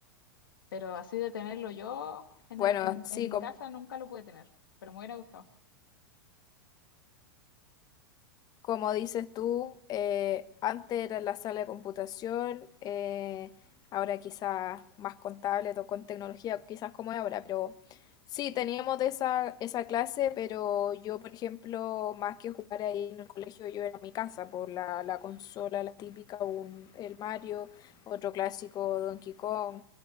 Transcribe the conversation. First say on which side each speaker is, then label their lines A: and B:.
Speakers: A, on the left; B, on the left.
A: pero así de tenerlo yo en,
B: Bueno,
A: e- en,
B: sí,
A: en mi
B: como
A: casa nunca lo pude tener, pero me hubiera gustado.
B: Como dices tú, eh, antes era la sala de computación, eh, ahora quizás más contable o con tecnología, quizás como es ahora, pero sí, teníamos de esa, esa clase, pero yo, por ejemplo, más que jugar ahí en el colegio, yo era en mi casa por la, la consola, la típica, un, el Mario, otro clásico, Donkey Kong.